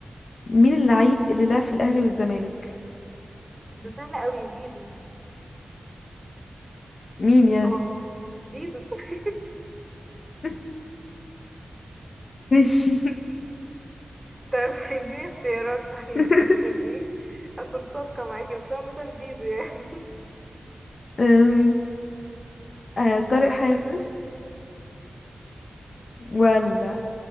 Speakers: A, on the left; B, on the right.
A: مين اللعيب اللي لعب في الأهلي والزمالك
B: ده سهل قوي زيزو
A: مين يعني
B: اه زيزو <laughs>
A: <laughs> ماشي
B: طب اديني اختيارات طيب
A: <laughs>
B: عشان ايه اكون صادقة معاكي بس هو عامة زيزو يعني
A: أم، آه، طارق حامد ولا